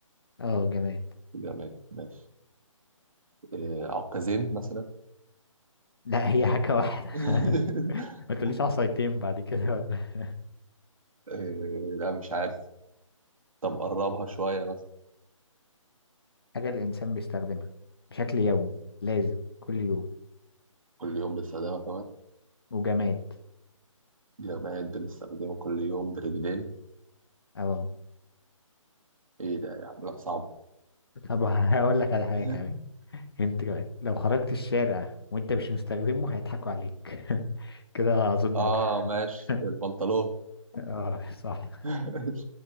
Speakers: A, on the left; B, on the right.
A: اه جماد
B: جماد ماشي آه، عكازين مثلا
A: لا هي حاجة واحدة
B: <laughs>
A: <laughs> ما تقوليش عصايتين بعد كده ولا
B: إيه لا مش عارف طب قربها شوية مثلا
A: حاجة الإنسان بيستخدمها بشكل يومي لازم كل يوم
B: كل يوم بنستخدمها كمان
A: وجماد
B: جماد بنستخدمها كل يوم برجلين
A: أهو
B: ايه ده يا عم لا صعب
A: طب هقول لك على حاجة
B: <laughs>
A: كمان أنت كمان لو خرجت الشارع وأنت مش مستخدمه هيضحكوا عليك <laughs> كده أظن
B: اه
A: واضحة
B: ماشي
A: <laughs>
B: البنطلون
A: اه صح
B: <laughs>